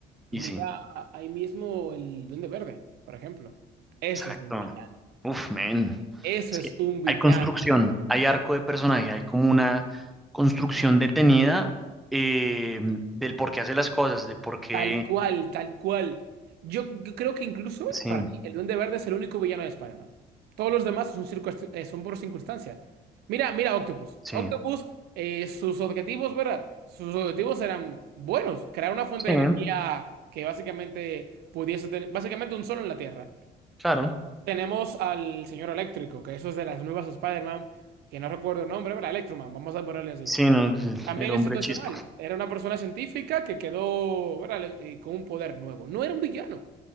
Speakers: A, on the right; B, in the centre.
A: mira
B: y sí,
A: ahí mismo el Duende Verde, por ejemplo. Eso
B: exacto.
A: es un villano.
B: Uf, man.
A: Eso
B: Es
A: es
B: que
A: un villano.
B: hay construcción, hay arco de personaje, hay como una construcción detenida eh, del por qué hace las cosas, de por qué.
A: Tal cual, tal cual. Yo, yo creo que incluso
B: Sí,
A: eh, para mí el Duende Verde es el único villano de Spider-Man. Todos los demás son, circun- eh, son por circunstancia. Mira, mira Octopus.
B: sí,
A: Octopus, eh, sus objetivos, ¿verdad? Sus objetivos eran buenos. Crear una fuente
B: sí,
A: de energía que básicamente pudiese tener, básicamente un sol en la Tierra.
B: claro.
A: Tenemos al señor Eléctrico, que eso es de las nuevas Spider-Man, que no recuerdo el nombre, ¿verdad? Electroman, vamos a ponerle así.
B: Sí, no,
A: También
B: el hombre
A: es situacional.
B: chispa.
A: Era una persona científica que quedó, ¿verdad? eh, con un poder nuevo. No era un villano.